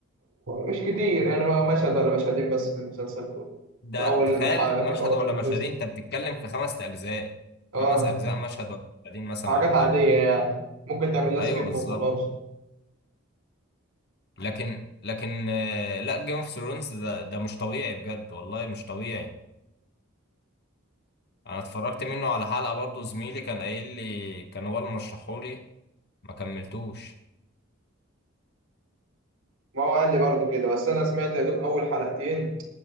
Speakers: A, on the right (about 80°); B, on the left (about 50°).
A: مش كتير يعني ما- مشهد ولا مشهدين بس في المسلسل كله
B: ده
A: في أول
B: تخيل
A: حلقة في
B: مشهد
A: أول
B: ولا مشهدين
A: جزء
B: انت بتتكلم في خمس اجزاء
A: اه
B: خمس اجزاء مشهد ولا مشهدين مثلا
A: حاجات
B: ولا
A: عادية
B: حاجه
A: يعني ممكن تعمل لها
B: ايوه
A: سكيب
B: بالظبط
A: وخلاص
B: لكن لكن آه لا جيم اوف ثرونز ده ده مش طبيعي بجد والله مش طبيعي انا اتفرجت منه على حلقه برضه زميلي كان قايل لي كان هو اللي مرشحولي ما كملتوش
A: ما هو قال لي برضه كده بس أنا سمعت يا دوب أول حلقتين